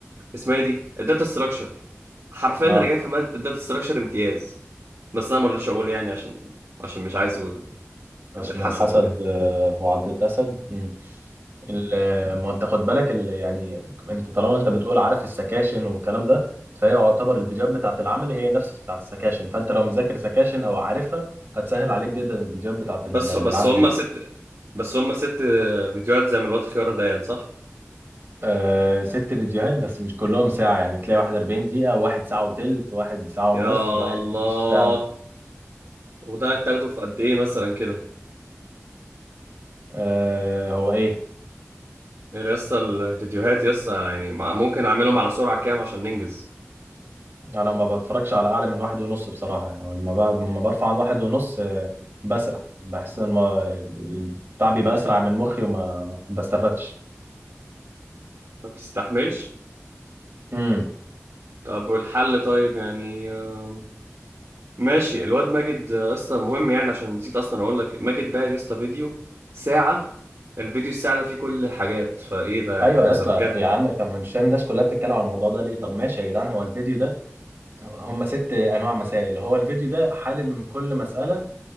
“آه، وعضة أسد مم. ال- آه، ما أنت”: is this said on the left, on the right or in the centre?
Right